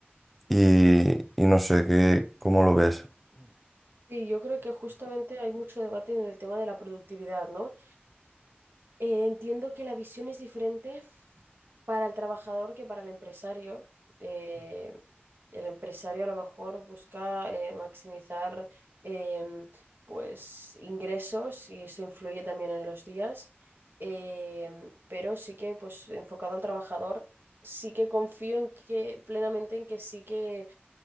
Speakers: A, in the centre; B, on the right (about 65°).
A: y, y no sé, qué, ¿cómo lo ves?
B: Sí, yo creo que justamente hay mucho debate en el tema de la productividad, ¿no? Eh, entiendo que la visión es diferente para el trabajador que para el empresario. Eh, el empresario a lo mejor busca eh, maximizar em, pues ingresos y eso influye también en los días, Em, pero sí que pues enfocado al trabajador, sí que confío en que plenamente en que sí que